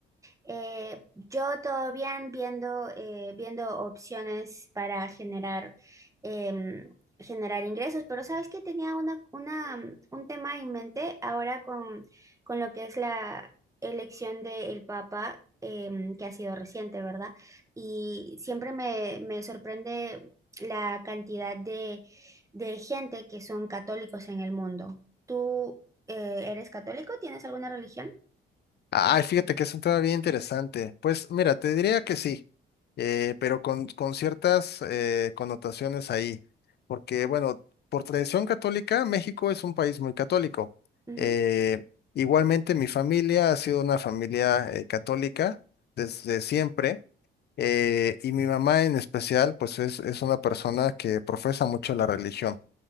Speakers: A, on the right; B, on the left.
A: Eh, yo todo bien viendo, eh, viendo opciones para generar, em, generar ingresos, pero sabes que tenía una, una, mm, un tema en mente ahora con, con lo que es la elección del Papa, em, que ha sido reciente, ¿verdad? Y siempre me, me sorprende la cantidad de, de gente que son católicos en el mundo. ¿Tú, eh, eres católico? ¿Tienes alguna religión?
B: Ay, fíjate que es un tema bien interesante. Pues mira, te diría que sí, eh, pero con, con ciertas eh, connotaciones ahí, porque bueno, por tradición católica, México es un país muy católico.
A: Ujú.
B: Eh, igualmente, mi familia ha sido una familia eh, católica desde siempre, eh, y mi mamá en especial, pues es, es una persona que profesa mucho la religión.